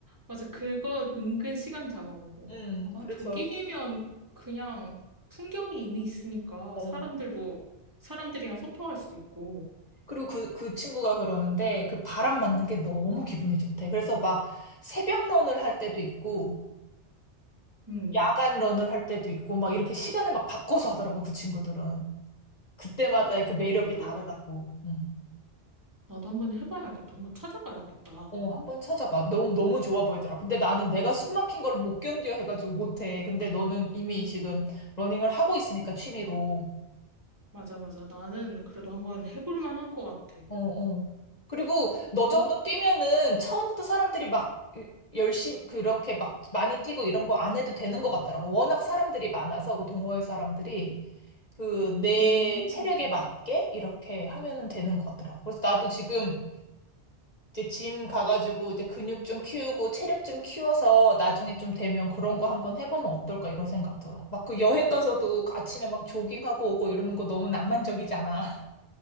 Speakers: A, on the right (about 15°); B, on the left (about 35°).
A: 맞아 그거 은근 시간 잡아먹고.
B: 음,
A: 아
B: 그래서,
A: 조깅이면 그냥 풍경이 이미 있으니까
B: 어.
A: 사람들도 사람들이랑 소통할 수도 있고.
B: 그리고 그, 그 친구가 그러는데, 그 바람 맞는 게 너무 기분이 좋대. 그래서 막, 새벽 런을 할 때도 있고,
A: 음
B: 야간 런을 할 때도 있고, 막 이렇게 시간을 막 바꿔서 하더라고, 그 친구들은. 그때마다의
A: 대박이다.
B: 그 매력이 다르다고. 음.
A: 나도 한번 해봐야겠다. 한번 찾아봐야겠다.
B: 어, 한번 찾아봐. 너무, 너무 좋아 보이더라. 근데 나는 내가 숨 막힌 걸 못 견뎌 해가지고 못해. 근데 너는 이미 지금 러닝을 하고 있으니까 취미로.
A: 맞아 맞아. 나는 그래도 한번 해볼 만한 것 같아.
B: 어, 어. 그리고 너 정도
A: 음.
B: 뛰면은 처음부터 사람들이 막 열심히 그렇게 막 많이 뛰고 이런 거 안 해도 되는 것 같더라고. 워낙 사람들이 많아서 그 동호회 사람들이 그 내
A: 음.
B: 체력에 맞게 이렇게 하면은 되는 것 같더라고. 그래서 나도 지금 이제 짐 가가지고 이제 근육 좀 키우고 체력 좀 키워서 나중에 좀 되면 그런 거 한번 해보면 어떨까 이런 생각 들어. 막 그 여행 가서도 아침에 막 조깅하고 오고 이러는 거 너무 낭만적이잖아. <laughs>